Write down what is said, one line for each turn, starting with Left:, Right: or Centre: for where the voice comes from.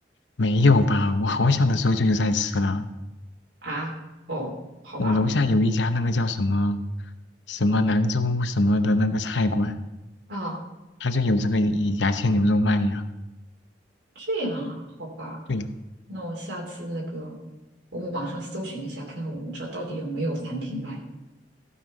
Left: 没有吧？我好小的时候就有在吃了。
Right: 啊，哦，好吧，
Left: 我楼下有一家那个叫什么什么兰州什么的那个菜馆，
Right: 啊，
Left: 它就有这个牙签牛肉卖呀。
Right: 这样啊，好吧。
Left: 对呀。
Right: 那我下次那个，我们网上搜寻一下，看看我们这儿到底有没有餐厅卖。